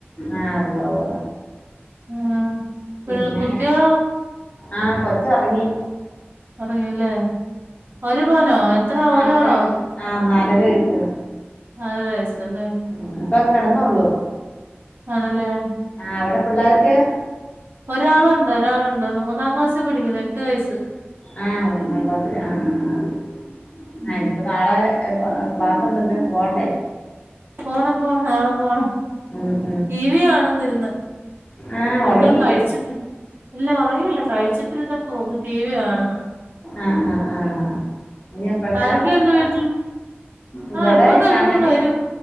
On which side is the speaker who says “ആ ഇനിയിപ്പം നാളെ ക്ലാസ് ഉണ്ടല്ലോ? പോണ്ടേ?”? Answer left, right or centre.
Left